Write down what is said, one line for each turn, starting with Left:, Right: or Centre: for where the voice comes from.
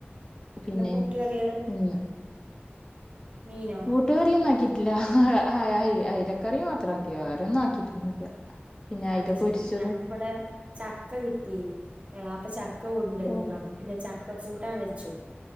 Left: പിന്നെ
Right: എന്താ കൂട്ടുകറികള്
Left: ഇൻ ഇന്ന്
Right: മീനോ
Left: കൂട്ടുകറിയൊന്നും ആക്കിട്ടില്ല അയ് അയ് അയ്ലക്കറി മാത്രം ആക്കി വേറൊന്നും ആക്കിട്ടൊന്നുല്ല പിന്നെ അയില
Right: അത്
Left: പൊരിച്ചതും
Right: ശെരി ഞങ്ങക്കിവിടെ ചക്ക കിട്ടി എളാപ്പ ചക്ക കൊണ്ടന്നീന്നു
Left: ഓ
Right: അപ്പ പിന്നെ ചക്ക കൂട്ടാൻ വെച്ചു